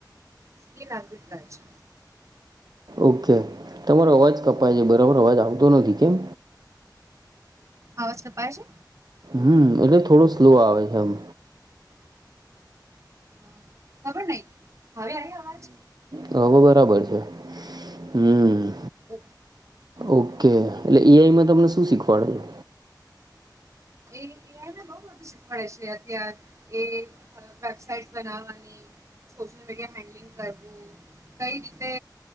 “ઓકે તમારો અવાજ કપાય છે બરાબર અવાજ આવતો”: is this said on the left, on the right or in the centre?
Right